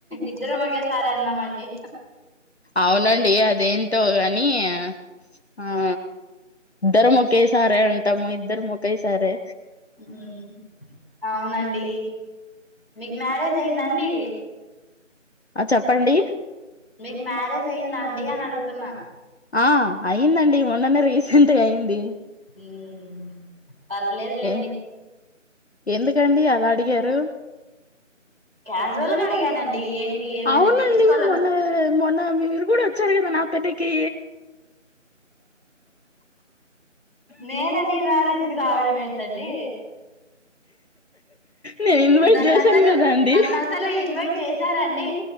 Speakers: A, in the centre; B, on the left (about 55°).
A: ఇద్దరం ఒకేసార న్నమండి
B: అవునండి అదేంటో గానియ ఆ ఇద్దరం ఒకేసారాంటమ్ ఇద్దరుము ఓకేసారే
A: ఉహ్మ్ అవునండి మీకు మ్యారేజ్ అయిందండి
B: ఆ చెప్పండి
A: మీకు మ్యారేజ్ అయిందాండి అని అడుగుతున్నా
B: ఆ అయిందండి మొన్ననే రీసెంట్గా అయింది
A: ఉమ్ పర్లేదులేద్
B: ఏ
A: లేండి
B: ఎందుకండి అలా అడిగారు
A: క్యాజువల్ గా అడిగానండి ఏంటి ఏమని
B: అవునండి
A: తెలుసుకోవాల
B: మొన్న మొన్న మి మీరు కూడా వచ్చారు కదా నాకు ప్పటికి
A: నేన నీ మ్యారేజ్ కి రావడం ఏంటండి
B: నేను ఇన్వైట్
A: దన్న
B: చేశాను
A: అసలు
B: కదా అండి
A: నన్ను అసలు ఇన్వైట్ చేశారండి